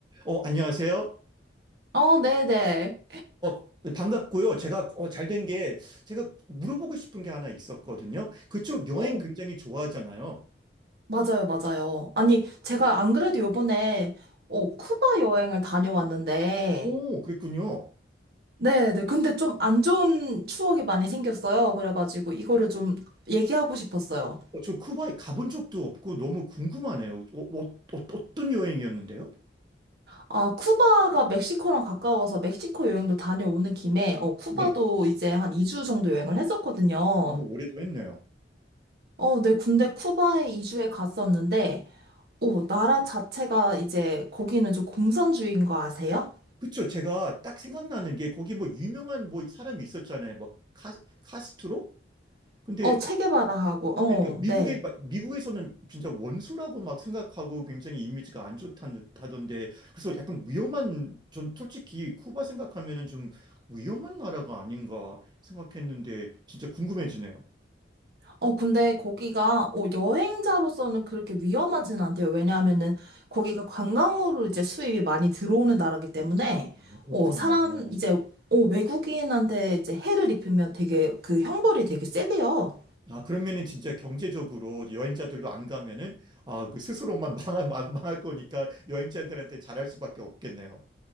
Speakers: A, on the right (about 25°); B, on the right (about 55°).
A: 어, 안녕하세요.
B: 어, 네네.
A: 어, 반갑고요. 제가 어, 잘 된 게 제가 물어보고 싶은 게 하나 있었거든요. 그쪽 여행
B: 어,
A: 굉장히 좋아하잖아요.
B: 맞아요, 맞아요. 아니, 제가 안 그래도 요번에, 어, 쿠바 여행을 다녀왔는데,
A: 오, 그랬군요.
B: 네네. 근데 좀 안 좋은 추억이 많이 생겼어요. 그래가지고 이거를 좀 얘기하고 싶었어요.
A: 어, 저 쿠바에 가본 적도 없고 너무 궁금하네요. 어, 어, 어, 떤 여행이었는데요?
B: 아, 쿠바가 멕시코랑 가까워서 멕시코 여행도 다녀오는 김에, 어, 쿠바도
A: 네.
B: 이제 한 2주 정도 여행을 했었거든요.
A: 오, 올해도 했네요.
B: 어, 네. 근데 쿠바에 2주에 갔었는데, 오, 나라 자체가 이제 거기는 좀 공산주의인 거 아세요?
A: 그쵸. 제가 딱 생각나는 게 거기 뭐 유명한 뭐 사람이 있었잖아요. 뭐 카, 카스트로? 근데
B: 어, 체게바라하고, 어,
A: 그러니까 미국에
B: 네.
A: 막- 미국에서는 진짜 원수라고 막 생각하고 굉장히 이미지가 안 좋다던데 그래서 약간 위험한 전 솔직히 쿠바 생각하면은 좀 위험한 나라가 아닌가 생각했는데 진짜 궁금해지네요.
B: 어, 근데 거기가, 어, 여행자로서는 그렇게 위험하진 않대요. 왜냐하면은, 거기가 관광으로 이제 수입이 많이 들어오는 나라기 때문에,
A: 아, 그렇군요.
B: 어, 사람, 이제, 어, 외국인한테 이제 해를 입히면 되게, 그 형벌이 되게 세대요.
A: 아, 그러면은 진짜 경제적으로 여행자들도 안 가면은 아, 그 스스로만 <laughs> 망할, 망- 망할 거니까 여행자들한테 잘할 수밖에 없겠네요.